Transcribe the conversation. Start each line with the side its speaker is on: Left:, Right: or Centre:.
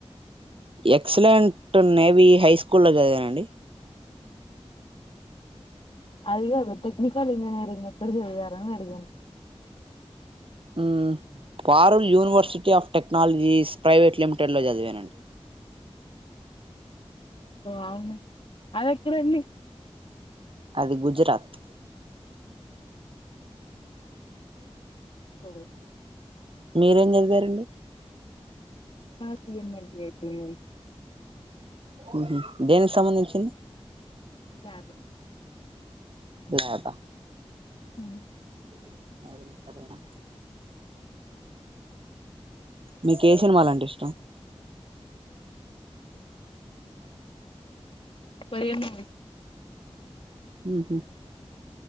Right: ఎక్సలెంట్ నేవీ హై స్కూల్లో చదివానండి
Left: అది గాదు టెక్నికల్ ఇంజినీరింగ్ ఎక్కడ చదివారు అడిగిను
Right: హ్మ్మ్ Parul university of technologies private limited లో చదివానండి
Left: ఓ అవునా అది ఎక్కడండి
Right: అది గుజరాత్
Left: ఓ
Right: మీరేం చదివారండి
Left: మాది <unintelligible>
Right: ఉహు దేనికి సంబంధించింది
Left: లాబ్
Right: ల్యాబా
Left: ఉ
Right: <unintelligible> సరేనా మీకు ఏ సినిమాలు అంటే ఇష్టం
Left: కొరియన్ మూవీస్
Right: ఉహు